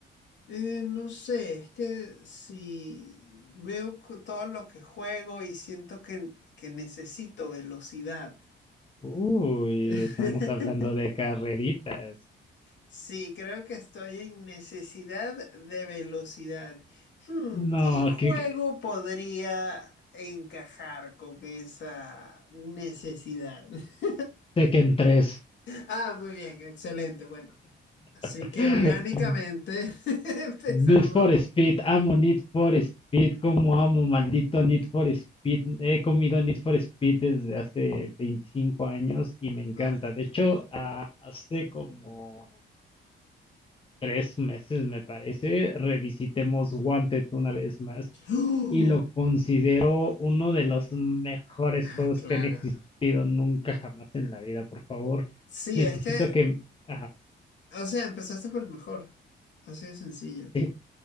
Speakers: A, on the left; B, on the left.
A: eh, no sé, es que si veo co- todo lo que juego y siento que, que necesito velocidad.
B: Uy,
A: <laughs>
B: estamos hablando de carreritas.
A: Sí, creo que estoy en necesidad de velocidad. Hmm,
B: No,
A: ¿qué juego
B: que, que
A: podría encajar con esa necesidad? <laughs>
B: Tekken tres.
A: Ah, muy bien, excelente. Bueno, así
B: <laughs>
A: que orgánicamente <laughs> empezamos.
B: Need for Speed, amo Need for Speed, como amo, maldito Need for Speed. He comido Need for Speed desde hace 25 años y me encanta.
A: Claro.
B: De hecho, a- hace como tres meses, me parece, revisitemos Wanted una vez más
A: ¡Oh!
B: y lo considero uno de los mejores
A: Ah,
B: juegos
A: claro.
B: que han existido nunca jamás en la vida. Por favor,
A: Sí,
B: necesito
A: es que,
B: que... Ajá,
A: o sea, empezaste por el mejor. Así de sencillo.
B: sí.